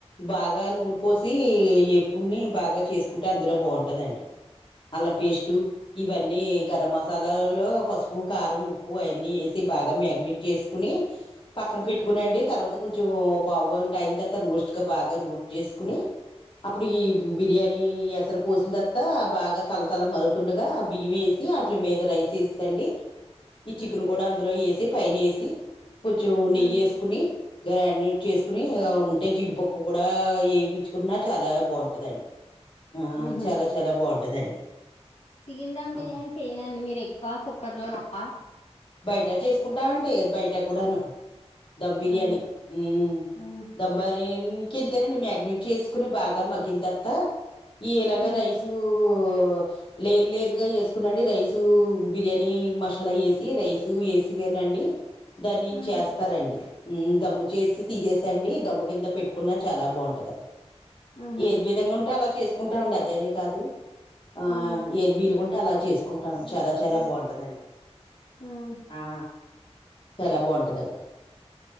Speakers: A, on the left; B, on the left.
A: బాగా నూనె పోసి ఏపుకుని బాగా చేసుకుంటే అందులో బావుంటదండి అల్లం పేస్టు ఇవన్నీ గరం మసాలాలలో పసుపు కారం ఉప్పు అయిన్ని వేస్ బాగా మ్యాగ్నెట్ చేసుకుని పక్కన
B: మ్మ్
A: పెట్టుకునండి తర్వాత కొం కొంచెం పావుగంట అయిన తర్వాత రోస్ట్గా బాగా రోస్ట్ చేసుకుని అప్పుడు ఈ బిర్యానీ ఈ ఎసరు పోసిందత్తా బాగా తలతల మరుగుతుండగా బియ్యమేసి అట్లి మీద రైస్ వేసేసండి ఈ
B: మ్మ్
A: చికెన్ కూడా అందులో ఏస్ సి పైనేసి కొంచెం
B: మ్మ్
A: నెయ్యేసుకుని గ్రానైట్ చేసుకుని ఉంటే జీడిపప్పు కూడా ఏవిగిచ్చుకున్నా చాలా బాగుంటదండి ఆ
B: మ్హూ
A: చాలా చాలా బాగుంటదండి
B: చికెన్ దమ్ బిర్యానీ
A: అవును
B: చేయ్యనండి మీరు ఎక్కువ కుక్కర్ లో తప్ప
A: బయట చేసుకుంటావంటే బయట కూడాను ధమ్ బిర్యానీ
B: మ్మ్
A: ఊమ్
B: మ్మ్
A: దమ్బారి ఇంకేం తినండి మ్యాగినేట్ చేసుకుని బాగా మగ్గిన తర్వాత ఈ ఇలాగ
B: మ్మ్
A: రైసూ ఒ లేటు లేటుగా ఎ కుసుకుండి రైసూ బిర్యాని మసాలా వేసి రైస్ వేసిగానండి దాని
B: మ్మ్
A: చేస్తారండి ఉ దమ్ము చేసి తీసేసాండి దమ్ము కింద పెట్టుకున్నా చాలా బాగుంటదండి
B: మ్మ్ మ్హూ
A: ఏది విధంగా ఉంటా అలా చేసుకుంటామండి అదేనే కాదు ఆ
B: మ్మ్
A: ఏది వీలు అలా చేసుకుంటాం చాలా చాలా బాగుంటదండి
B: మ్మ్
A: ఆ చాలా బాగుంటదండి